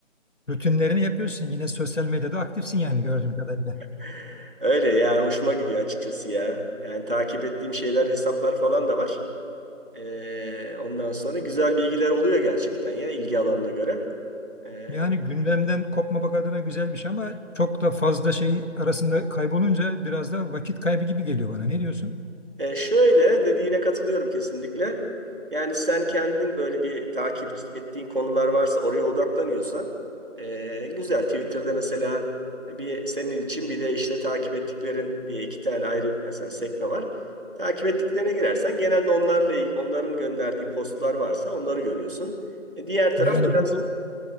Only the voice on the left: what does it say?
Rutinlerini yapıyorsun. Yine sosyal medyada aktifsin yani gördüğüm kadarıyla.
Yani gündemden kopmamak adına güzel bir şey ama çok da fazla şey arasında kaybolunca biraz da vakit kaybı gibi geliyor bana. Ne diyorsun?
Yani
bu